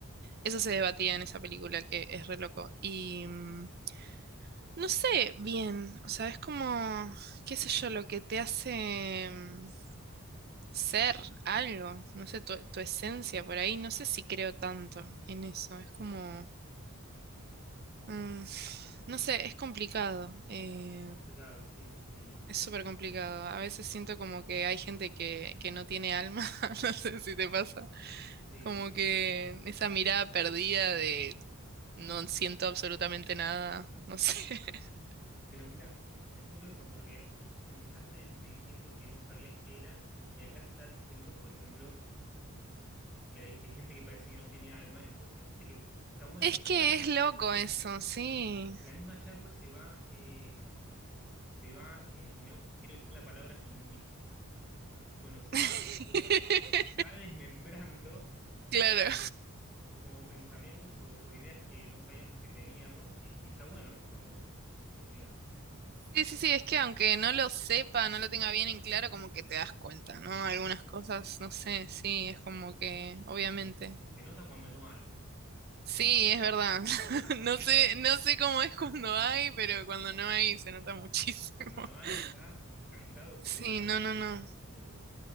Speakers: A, on the right (about 45°); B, in the centre.
A: eso se debatía en esa película, que es re loco. Y mm, no sé bien, o sea, es como, qué sé yo, lo que te hace... mm, ser algo, no sé, tu, tu esencia por ahí, no sé si creo tanto en eso, es como,
B: Ok.
A: mm, no sé, es complicado,
B: Es,
A: eh,
B: es co- es complicado, sí. Y,
A: es súper complicado, a veces siento como que hay gente que, que no tiene alma, <laughs> no sé si te pasa,
B: sí.
A: como que esa mirada perdida de no siento absolutamente nada, no sé, <laughs>
B: Pero mira, es curioso porque empezaste diciendo que no sabías qué era y acá estás diciendo, por ejemplo, eh, que hay, hay gente que parece que no tiene alma. Entonces viste que está bueno
A: es
B: charlar
A: que es loco eso, sí,
B: porque la misma charla se va, eh, se va, eh, me- quiero decir la palabra inmis- bueno, se va,
A: <laughs>
B: eh, se va desmembrando. eh,
A: claro.
B: co- como pensamientos o, o ideas que no sabíamos que teníamos, y, y está bueno esto, eh, amiga. Eh,
A: Sí, sí, sí, es que aunque no lo sepa, no lo tenga bien en claro, como que te das cuenta, ¿no?
B: te
A: Algunas
B: das cuenta.
A: cosas, no sé, sí, es como que, obviamente.
B: Se nota cuando no hay,
A: Sí, es verdad. <laughs>
B: se nota la falta,
A: No sé, no sé cómo es cuando hay, pero cuando no hay se nota muchísimo.
B: pero cuando
A: <laughs>
B: no hay está cantado, se
A: Sí,
B: ve a
A: no,
B: una
A: no, no.
B: legua.